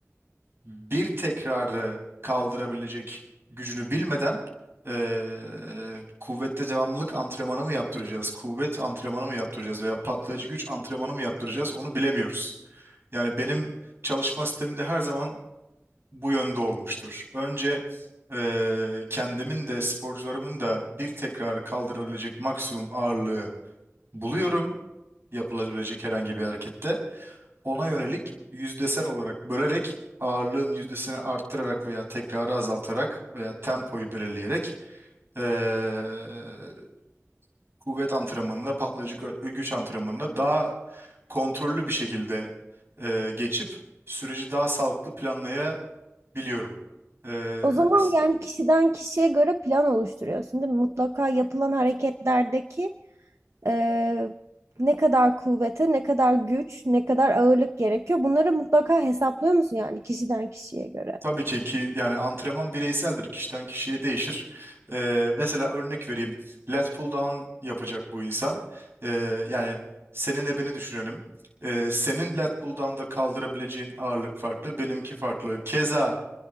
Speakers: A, on the right; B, on the right.
A: bir tekrarı kaldırabilecek gücünü bilmeden eee, kuvvette devamlılık antrenmanı mı yaptıracağız, kuvvet antrenmanı mı yaptıracağız veya patlayıcı güç antrenmanı mı yaptıracağız onu bilemiyoruz. Yani benim çalışma sistemimde her zaman bu yönde olmuştur. Önce eee, kendimin de sporcularımın da bir tekrarı kaldırabilecek maksimum ağırlığı buluyorum yapılabilecek herhangi bir harekette. Ona yönelik yüzdesel olarak bölerek ağırlığın yüzdesini arttırarak veya tekrarı azaltarak veya tempoyu belirleyerek eee, kuvvet antrenmanına, patlayıcı gö- güç antrenmanına daha kontrollü bir şekilde eee, geçip süreci daha sağlıklı planlayabiliyoruz biliyorum. Ee,
B: O zaman
A: s-
B: yani kişiden kişiye göre plan oluşturuyorsun, değil mi? Mutlaka yapılan hareketlerdeki e, ne kadar kuvvete, ne kadar güç, ne kadar ağırlık gerekiyor. Bunları mutlaka hesaplıyor musun yani kişiden kişiye göre?
A: tabii ki ki yani antrenman bireyseldir. Kişiden kişiye değişir. Ee, mesela örnek vereyim. Lat pull down yapacak bu insan. Ee, yani seninle beni düşünelim. Ee, senin lat pull down'da kaldırabileceğin ağırlık farklı, benimki farklı. Keza